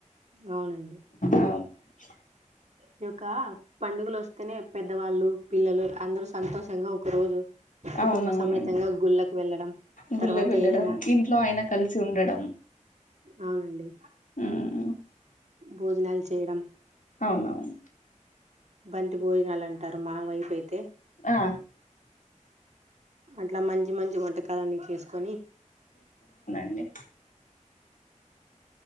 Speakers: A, on the right; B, on the left.
A: అవునండి
B: అవునవును
A: ఈ యొక్క పండుగలు వస్తేనే పెద్దవాళ్ళు పిల్లలు అందరు సంతోషంగా ఒక రోజు కుటుంబ
B: అవునవునం
A: సమేతంగా గుళ్ళకు వెళ్ళడం
B: గుళ్ళకు
A: తర్వాత
B: వెళ్ళడం
A: ఏదైనా
B: ఇంట్లో అయన కలిసి ఉండడం
A: అవునండి
B: మ్మ్
A: భోజనాలు చేయడం
B: అవునవును
A: బంతి భోజనాలంటారు మావై పైతే
B: ఆ
A: అట్లా మంచి మంచి వంటక కాలన్నీ చేసుకొని
B: ని